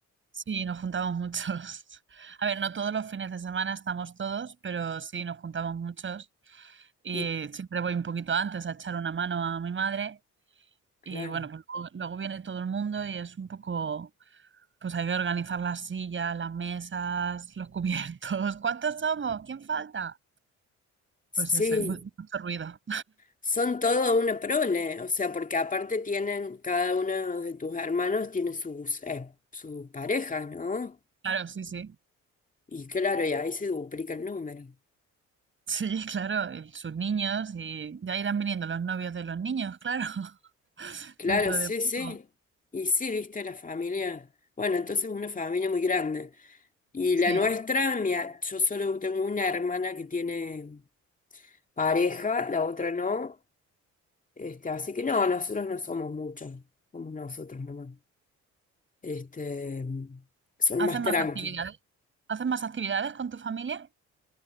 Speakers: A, on the right (about 40°); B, on the left (about 25°).
A: Sí, nos juntamos muchos. <laughs> A ver, no todos los fines de semana estamos todos, pero sí, nos juntamos muchos. Y
B: Y
A: siempre voy un poquito antes a echar una mano a mi madre.
B: claro,
A: Y bueno, pues luego, luego viene todo el mundo y es un poco, pues hay que organizar las sillas, las mesas, los cubiertos. <laughs> ¿Cuántos somos? ¿Quién falta?
B: sí,
A: Pues eso, hay mu- mucho ruido.
B: son todo una prole, o sea, porque aparte tienen, cada uno de tus hermanos tiene sus, eh, sus parejas, ¿no?
A: Claro, sí, sí.
B: Y claro, y ahí se duplica el número.
A: Sí, <laughs> claro, y sus niños y ya irán viniendo los novios de los niños, claro, <laughs>
B: Claro,
A: dentro
B: sí,
A: de poco.
B: sí. Y sí, viste la familia. Bueno, entonces una familia muy grande. Y
A: Sí.
B: la nuestra, mi a- yo solo tengo una hermana que tiene pareja, la otra no. Este, así que no, nosotros no somos muchos, somos nosotros nomás. Este, son
A: ¿Hacen
B: más
A: más
B: tranqui.
A: actividades? ¿Hacen más actividades con tu familia?